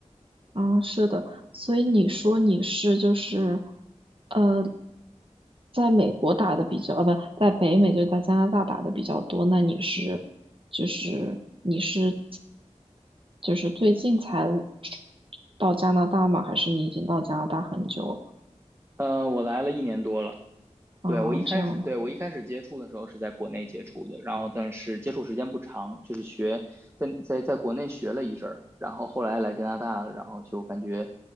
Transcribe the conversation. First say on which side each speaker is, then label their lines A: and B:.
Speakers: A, on the right; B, on the right.
A: 啊，是的，所以你说你是就是，呃，在美国打的比较，呃，不，在北美就在加拿大打的比较多。那你是，就是你是，就是最近才到加拿大吗？还是你已经到加拿大很久了？
B: 呃，我来了一年多了，
A: 啊，
B: 对，我一开始，
A: 这样
B: 对，我一开始接触的时候是在国内接触的，然后但是接触时间不长，就是学在在在国内学了一阵儿，然后后来来加拿大了，然后就感觉